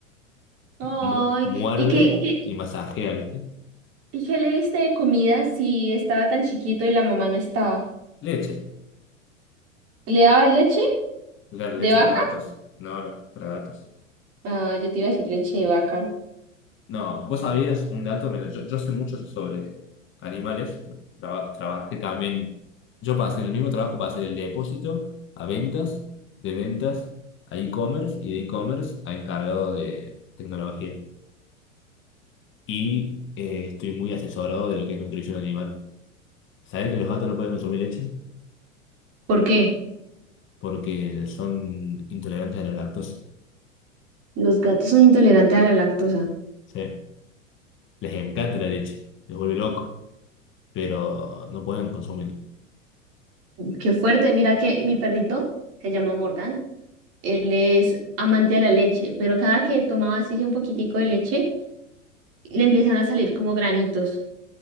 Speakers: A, on the right; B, on the left.
A: Ay,
B: Mu- muerde
A: ¿y qué, qué,
B: y masajea, ¿viste?
A: y qué le diste de comida si estaba tan chiquito y la mamá no estaba?
B: Leche.
A: ¿Le daba leche
B: Claro,
A: de
B: leche
A: vaca?
B: para gatos. No, no, para gatos.
A: Ah, yo te iba a decir leche de vaca.
B: No, vos sabías un dato, Mira, yo, yo sé mucho sobre animales, pero traba- trabajé también, yo pasé en el mismo trabajo, pasé del depósito a ventas, de ventas a e-commerce y de e-commerce a encargado de tecnología. Y eh, estoy muy asesorado de lo que es nutrición animal. ¿Sabés que los gatos no pueden consumir leche?
A: ¿Por qué?
B: porque son intolerantes a la lactosa.
A: Los gatos son intolerantes a la lactosa.
B: Sí, les encanta la leche, les vuelve loco, pero no pueden consumir.
A: Qué fuerte. Mira que mi perrito se llama Morgan. Él es amante de la leche, pero cada que tomaba así un poquitico de leche, le empiezan a salir como granitos,